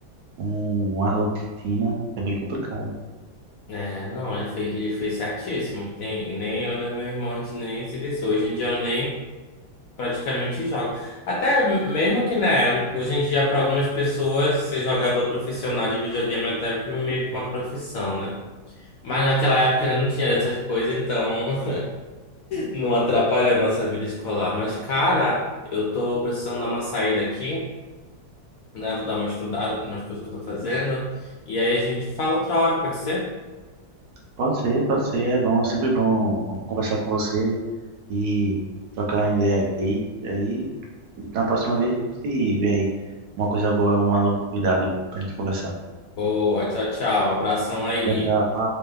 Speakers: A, on the right (about 65°); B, on the left (about 75°).
A: um- uma rotina é bem complicado.
B: É, não, ele fez, ele fez certíssimo. Tem, nem eu, nem meu irmão, a gente nem se vê. Hoje em dia eu nem praticamente jogo. Até m- mesmo que, né, hoje em dia para algumas pessoas ser jogador profissional de videogame é até que meio que uma profissão, né? Mas naquela época ainda não tinha essas coisas, então Não atrapalha a nossa vida escolar. Mas, cara, eu tô precisando dar uma saída aqui, né? Vou dar uma estudada com umas coisas que eu tô fazendo. E aí a gente fala outra hora, pode ser?
A: Pode ser, pode ser, é bom, sempre bom conversar com você e trocar uma ideia aí. Aí, na próxima vez, a gente vê aí uma coisa boa, uma novidade pra gente conversar.
B: Boa, tchau, tchau. Abração aí.
A: Tchau, tchau.